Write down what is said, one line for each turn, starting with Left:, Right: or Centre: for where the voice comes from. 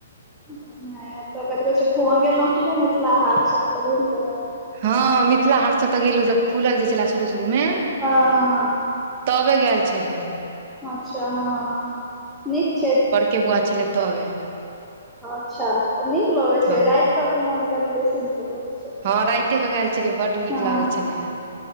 Centre: बढ़िआँ तऽ कथी कहै छै, घुम गेलहुँ की नैय मिथिला हाट सब तऽ घुमि लेलक
Right: हां मिथिला हाट सब तऽ गेलु जब खुलल जे छले शुरू-शुरू मे
Centre: हां हां।
Right: तबै गेल छलौ
Centre: अच्छा हां नीक छैय।
Right: के बोआ छलै तबे
Centre: अच्छा नीक लगे छै,
Right: हँ
Centre: राति कऽ घूमऽ में कनी बेसी नीक लगे छै।
Right: हां राइते क गेल छलियै, बड्ड नीक
Centre: हँ
Right: लागै छलै।